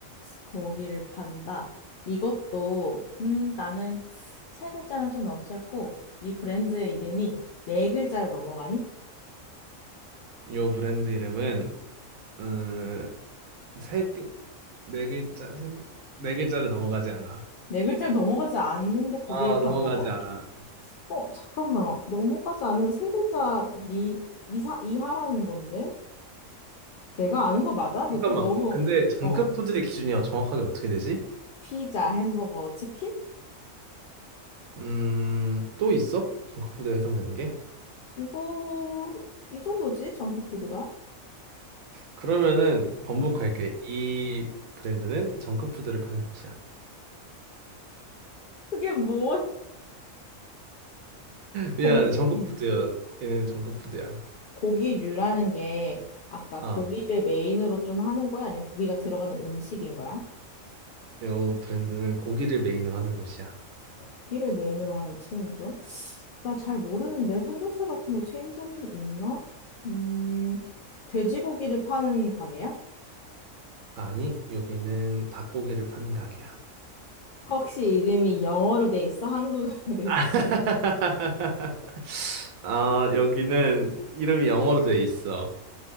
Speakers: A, on the left (about 65°); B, on the right (about 80°).
A: 고기를 판다. 이것도, 음, 나는 세 글자는 좀 너무 짧고, 이 브랜드의 이름이 네 글자를 넘어가니?
B: 요 브랜드 이름은 음, 세, 글- 네 글자, 세, 글- 네 글자를 넘어가지 않아.
A: 네 글자를 넘어가지 않는데 고기를
B: 아,
A: 판다고?
B: 넘어가지 않아.
A: 어, 잠깐만. 넘어가지 않으면 세 글자 미, 이사, 이하라는 건데? 내가 아는 거 맞아? 너
B: 잠깐만.
A: 또 너무,
B: 근데 정크푸드의
A: 어.
B: 기준이 정확하게 어떻게 되지?
A: 피자, 햄버거, 치킨?
B: 음, 또 있어? 정크푸드에 해당되는 게?
A: 이거, 이 정도지, 정크푸드가?
B: 그러면은 번복할게.
A: 음.
B: 이 브랜드는 정크푸드를 파는 곳이야.
A: 그게 뭐, 고,
B: 미안, 정크푸드야.
A: 음.
B: 얘네는 정크푸드야.
A: 고기류라는 게, 아까 고기를
B: 아,
A: 메인으로 좀 하는 거야? 아니면 고기가 들어가는 음식인 거야?
B: 요 브랜드는 고기를 메인으로 하는 곳이야.
A: 고기를 메인으로 하는 체인점? 나 잘 모르는데, 삼겹살 같은 거 체인점이 있나? 음, 돼지고기를 파는 가게야?
B: 아니, 여기는 닭고기를 파는 가게야.
A: 혹시 이름이 영어로 돼 있어? 한국어로 돼 있어?
B: <laughs> 아, 여기는 이름이 영어로 돼 있어.